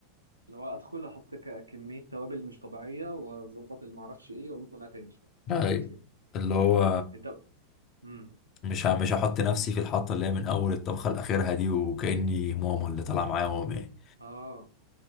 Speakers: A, on the right; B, on the left.
A: اللي هو ادخل احط ك- كميه توابل مش طبيعيه واظبط اللي معرفش ايه واقوم طالع تاني
B: أي.
A: <laughs>
B: اللي هو
A: انت امم
B: مش ه- مش هحط نفسي في الحطه اللي هي من اول الطبخه لاخرها دي وكاني ماما اللي طالعه معاهم يعني
A: اه